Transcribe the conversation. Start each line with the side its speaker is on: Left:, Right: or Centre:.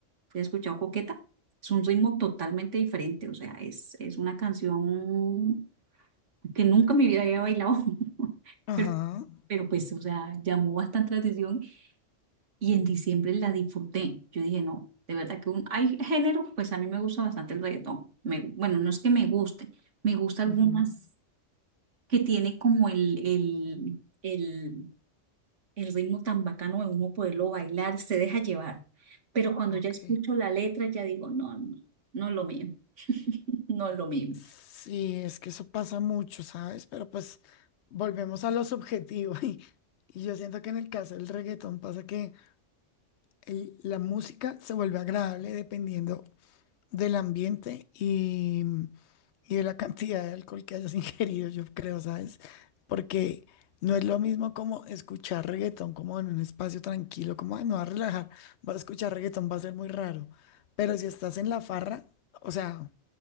Right: ¿Sí ¿Has escuchado coqueta? Es un ritmo totalmente diferente, o sea, es, es una canción que nunca en mi vida había bailado, <laughs>
Left: ajá,
Right: pero, pero pues, o sea, llamó bastante la atención y en diciembre la disfruté. Yo dije, no, de verdad que un, hay género, pues a mí me gusta bastante el reggaetón. Me- bueno, no es que me guste, me gusta algunas
Left: ujú,
Right: que tiene como el, el, el el ritmo tan bacano de uno poderlo bailar, se deja llevar. Pero cuando
Left: Ok.
Right: ya escucho la letra, ya digo, no, no, no es lo mío, <laughs> no es lo mío.
Left: Sí, es que eso pasa mucho, ¿sabes? Pero pues volvemos a lo subjetivo. <laughs> Y, y yo siento que en el caso del reggaetón pasa que el- la música se vuelve agradable dependiendo del ambiente y, y de la cantidad de alcohol que hayas <laughs> ingerido, yo creo, ¿sabes? Porque no es lo mismo como escuchar reggaetón como en un espacio tranquilo, como, ay, me va a relajar, va a escuchar reggaetón, va a ser muy raro. Pero si estás en la farra, o sea,